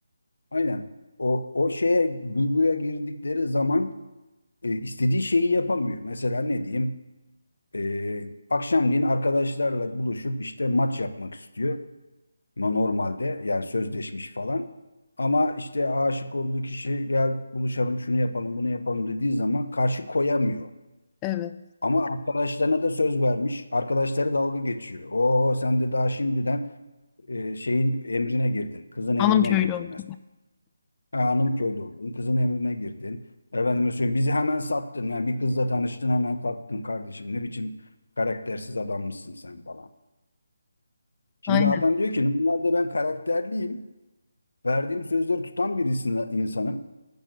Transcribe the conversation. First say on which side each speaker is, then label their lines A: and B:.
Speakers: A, on the left; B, on the left.
A: aynen o o şeye duyguya girdikleri zaman e, istediği şeyi yapamıyor. Mesela ne diyeyim? E, akşamleyin arkadaşlarla buluşup işte maç yapmak istiyor. No- Normalde yani sözleşmiş falan. Ama işte aşık olduğu kişi gel buluşalım şunu yapalım bunu yapalım dediği zaman karşı koyamıyor.
B: Evet.
A: Ama arkadaşlarına da söz vermiş. Arkadaşları dalga geçiyor. Oo sen de daha şimdiden e, şeyin emrine girdin. Kızın emrine
B: Hanım köylü
A: girdin
B: oldu.
A: mesela. Ha, hanım köylü oldun. Kızın emrine girdin. Efendime söyleyeyim bizi hemen sattın. Yani bir kızla tanıştın hemen sattın kardeşim. Ne biçim karaktersiz adammışsın sen falan. Şimdi
B: Aynen.
A: adam diyor ki normalde ben karakterliyim. Verdiğim sözleri tutan bir insan- insanım.